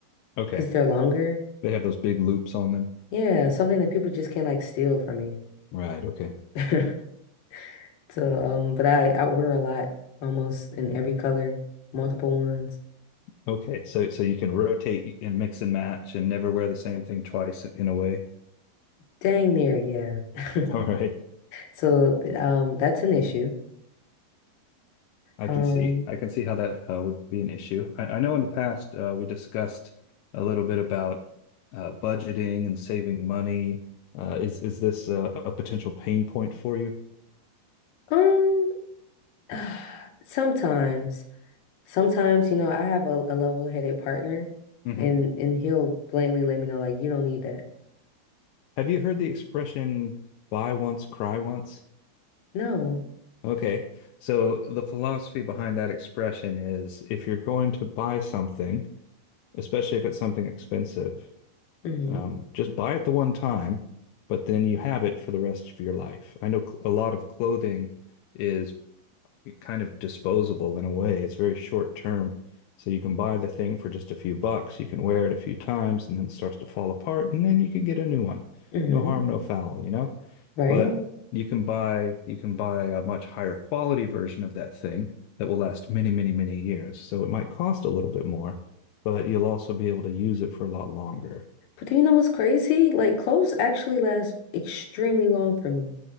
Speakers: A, on the left; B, on the left.
A: Okay.
B: because they're longer.
A: They have those big loops on them.
B: Yeah, something that people just can't like steal from me.
A: Right. Okay.
B: <laughs> So, um, but I I order a lot, almost in every color, multiple ones.
A: Okay. So so you can rotate and mix and match and never wear the same thing twice in a way.
B: Dang near, yeah. <laughs>
A: <laughs> All right.
B: So, um, that's an issue.
A: I
B: Um.
A: can see. I can see how that uh, would be an issue. I, I know in the past uh, we discussed a little bit about uh, budgeting and saving money. Uh, is is this a, a potential pain point for you?
B: Um, <sighs> Sometimes, sometimes, you know, I have a, a level-headed partner
A: hmm
B: and and he'll blatantly let me know like you don't need that.
A: Have you heard the expression buy once, cry once?
B: No.
A: Okay. So the philosophy behind that expression is if you're going to buy something, especially if it's something expensive,
B: Mm-hmm.
A: Um, just buy it the one time, but then you have it for the rest of your life. I know a lot of clothing is kind of disposable in a way. It's very short term. So you can buy the thing for just a few bucks. You can wear it a few times and then it starts to fall apart and then you can get a new one.
B: Mm-hmm.
A: No harm, no foul, you know?
B: Right?
A: But you can buy you can buy a much higher quality version of that thing that will last many, many, many years. So it might cost a little bit more, but you'll also be able to use it for a lot longer.
B: But do you know what's crazy? Like clothes actually last extremely long for me.